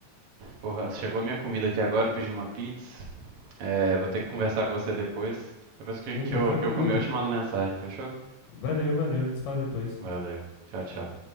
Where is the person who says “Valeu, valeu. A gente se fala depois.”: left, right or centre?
Left